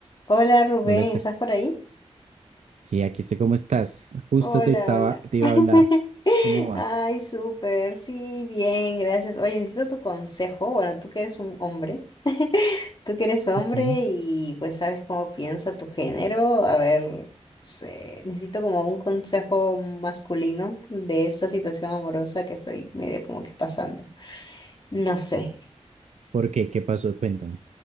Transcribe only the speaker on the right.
Hola, Estef.
Sí, aquí estoy. ¿Cómo estás? Justo
te estaba,
te iba
a hablar. ¿Cómo vas?
Okay,
¿Por qué? ¿Qué pasó? Cuéntame.